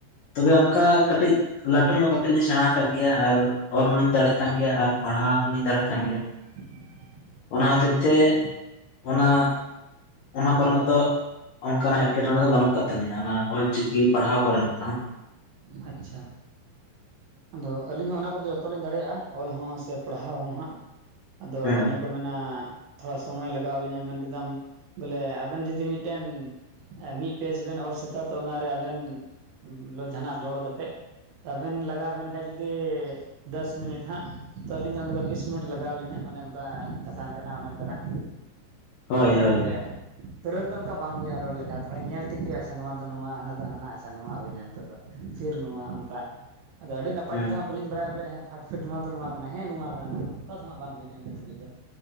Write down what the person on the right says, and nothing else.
<inaudible>
ᱟᱪᱪᱷᱟ
ᱟᱪᱪᱷᱟ ᱾ ᱟᱫᱚ ᱟᱹᱞᱤᱧ ᱦᱚᱸ ᱚᱱᱟ ᱠᱚᱫᱚ ᱡᱚᱛᱚ ᱞᱤᱧ ᱫᱟᱲᱮᱭᱟᱜᱼᱟ ᱚᱞ ᱦᱚᱸ, ᱥᱮ ᱯᱟᱲᱦᱟᱣ ᱦᱚᱸ ᱦᱟᱸᱜ ᱟᱫᱚ
ᱚᱱᱮ ᱠᱚ ᱢᱮᱱ ᱚᱱᱟ ᱛᱷᱚᱲᱟ ᱥᱚᱢᱚᱭ ᱞᱟᱜᱟᱣ ᱟᱹᱞᱤᱧᱟ ᱢᱮᱱ ᱠᱮᱫᱟᱢ ᱵᱚᱞᱮ ᱟᱵᱮᱱ ᱡᱩᱫᱤ ᱢᱤᱫᱴᱮᱱ ᱢᱤᱫ ᱯᱮᱡᱽ ᱵᱮᱱ ᱚᱞ ᱥᱟᱹᱛᱟ ᱛᱚ ᱚᱱᱟᱨᱮ ᱟᱵᱮᱱ ᱞ ᱡᱟᱦᱟᱱᱟᱜ ᱨᱚᱲ ᱠᱟᱛᱮᱫ ᱟᱵᱮᱱ ᱞᱟᱜᱟᱣ ᱟᱵᱮᱱ ᱠᱷᱟᱱ ᱡᱩᱫᱤ ᱫᱚᱥ ᱢᱤᱱᱤᱴ ᱦᱟᱸᱜ ᱛᱚ ᱟᱹᱞᱤᱧ ᱫᱚ ᱚᱸᱰᱮ ᱫᱚ ᱵᱤᱥ ᱢᱤᱱᱤᱴ ᱞᱟᱜᱟᱣ ᱟᱹᱞᱤᱧᱟ ᱚᱱᱮ ᱚᱱᱠᱟ ᱠᱟᱛᱷᱟ ᱠᱟᱱᱟ ᱚᱱᱮ ᱚᱱᱠᱟᱱᱟᱜ,
ᱟᱫᱚ ᱵᱚᱞᱮ
ᱛᱩᱨᱟᱹᱛ ᱫᱚ ᱚᱱᱠᱟ ᱵᱟᱝ ᱦᱩᱭᱩᱜᱼᱟ ᱨᱚᱲ ᱞᱮᱠᱟ ᱛᱷᱚᱲᱟ ᱧᱮᱞ ᱴᱷᱤᱠ ᱦᱩᱭᱩᱜᱼᱟ ᱟᱪᱪᱷᱟ ᱱᱚᱣᱟ ᱫᱚ ᱱᱚᱣᱟ, ᱦᱟᱱᱟ ᱫᱚ ᱦᱟᱱᱟ ᱟᱪᱪᱷᱟ ᱱᱚᱣᱟ ᱦᱩᱭᱱᱟ ᱱᱤᱛᱚᱜ ᱫᱚ, ᱯᱤᱨ ᱱᱚᱣᱟ ᱚᱱᱠᱟ ᱟᱫᱚ ᱟᱹᱰᱤ ᱱᱟᱯᱟᱭ
ᱛᱮᱫᱚ ᱦᱟᱸᱜ ᱵᱟᱹᱞᱤᱧ ᱵᱟᱲᱟᱭᱟ ᱵᱚᱞᱮ ᱯᱷᱟᱴ ᱯᱷᱷᱤᱴ ᱱᱚᱣᱟ ᱫᱚ ᱱᱚᱣᱟ ᱠᱟᱱᱟ ᱦᱮᱸ ᱱᱚᱣᱟ ᱠᱟᱱᱟ ᱱᱚᱣᱟ ᱫᱚ ᱚᱱᱠᱟ ᱫᱚ ᱦᱟᱸᱜ ᱵᱟᱝ ᱦᱩᱭ ᱠᱟᱱᱟ ᱱᱤᱛ ᱫᱷᱟᱹᱵᱤᱡ ᱫᱚ᱾